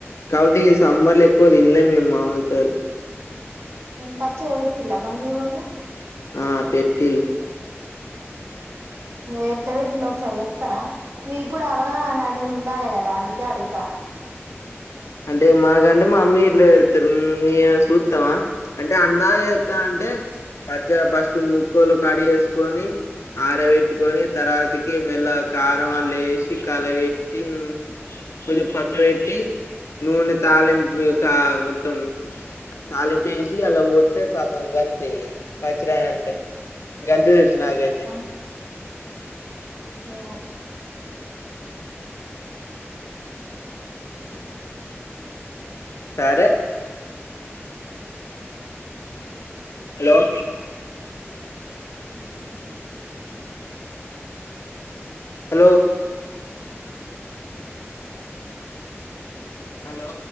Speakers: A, on the left; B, on the right.
A: కాపోతే ఇ సమ్మర్ లో ఎక్కువ తినలే మేము మామిడి కాయలు
B: పచ్చ వట్టిలా మరి మి ఊర్లో
A: ఆ పెట్టిల్లు
B: ఎట్ల పెట్టిలో ఒకసారి చెప్తారా మీకు కూడా అవగాహన అనేది ఉండాలి కదా అందుకే అడుగుతాన
A: అంటే మాకంటే మా అమ్మీ ఇట్లా పెడతారు చూస్తావా అంటే అందా ఇస్తా అంటే పచ్చ ఫస్ట్ ముక్కలు కడి వేసుకొని ఆరబెట్టుకొని తర్వాతికి మెల్ల కారం వాళ్ళ వేసి కలవెట్ కొంచెం పక్క పెట్టీ నూనె తాాలింపు కా మొత్తం తాలింపు వేసి అలా ఓత్తే కథం గంతే ఇగ పచ్చడి అయినట్టే గంతే తెల్సు నాకైతే
B: అడుగుతానా ఓ <unintelligible>
A: సరే హలో
B: <unintelligible>
A: హలో హలో